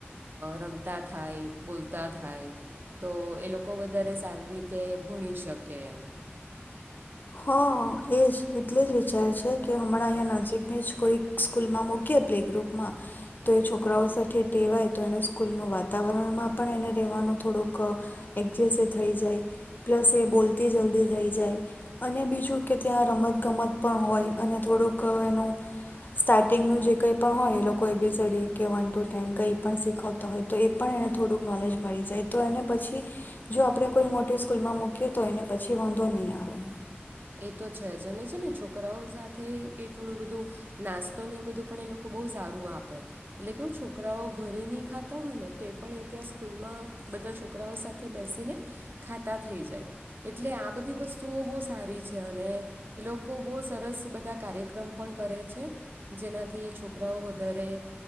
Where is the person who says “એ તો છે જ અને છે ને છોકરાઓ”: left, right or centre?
Right